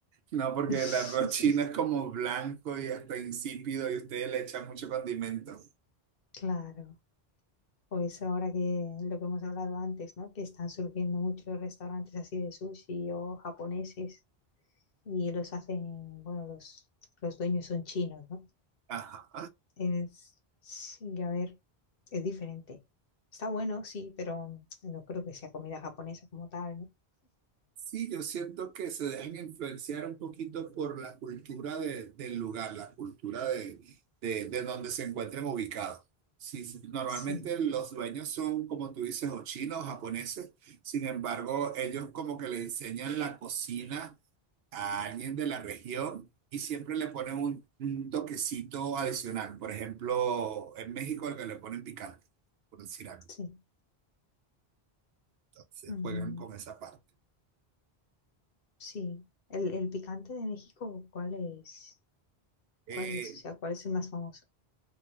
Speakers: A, on the right; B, on the left.
A: no, porque
B: <laughs>
A: el arroz chino es como blanco y hasta insípido y ustedes le echan mucho condimento.
B: Claro. Pues ahora que lo que hemos hablado antes, ¿no? Que están surgiendo muchos restaurantes así de sushi o japoneses y los hacen, bueno, los, los dueños son chinos, ¿no?
A: Ajá.
B: Es, sí, a ver, es diferente. Está bueno, sí, pero no creo que sea comida japonesa como tal, ¿no?
A: Sí, yo siento que se dejan influenciar un poquito por la cultura de- del lugar, la cultura de, de, de donde se encuentren ubicados. Sí, sí, normalmente
B: Sí,
A: los dueños son, como tú dices, o chinos o japoneses, sin embargo, ellos como que le enseñan la cocina a alguien de la región y siempre le ponen un, un toquecito adicional. Por ejemplo, en México el que le ponen picante, por decir algo.
B: sí.
A: Entonces
B: Mm,
A: juegan con esa parte.
B: sí, el, el picante de México, ¿cuál es?
A: Eh,
B: ¿Cuál es? O sea, ¿cuál es el más famoso?